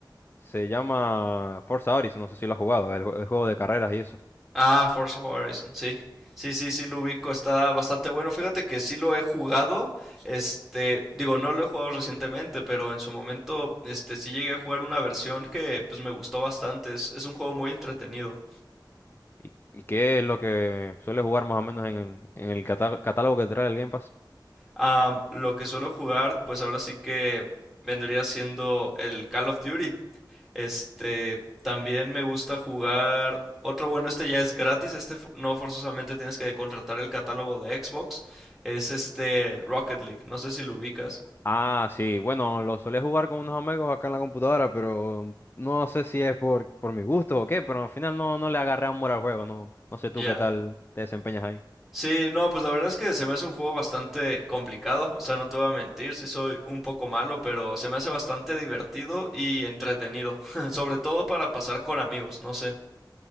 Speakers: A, on the left; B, in the centre.
A: se llama Forza Horizon, no sé si lo has jugado, el, jue- el juego de carreras y eso.
B: Ah, Forza Horizon, sí. Sí, sí, sí, lo ubico, está bastante bueno. Fíjate que sí lo he jugado, este, digo, no lo he jugado recientemente, pero en su momento, este, sí llegué a jugar una versión que, pues, me gustó bastante. Es, es un juego muy entretenido.
A: ¿Y, y qué es lo que suele jugar más o menos en, en el catá- catálogo que trae el Game Pass?
B: Am, lo que suelo jugar, pues ahora sí que vendría siendo el Call of Duty. Este, también me gusta jugar. Otro bueno, este ya es gratis. Este fo- no forzosamente tienes que contratar el catálogo de Xbox. Es este Rocket League. No sé si lo ubicas.
A: Ah, sí, bueno, lo solía jugar con unos amigos acá en la computadora, pero no sé si es por, por mi gusto o qué, pero al final no, no le agarré amor al juego, no, no sé
B: Ya.
A: tú qué tal te desempeñas ahí.
B: Sí, no, pues la verdad es que se me hace un juego bastante complicado. O sea, no te voy a mentir, sí soy un poco malo, pero se me hace bastante divertido y entretenido. <laughs> Sobre todo para pasar con amigos. No sé.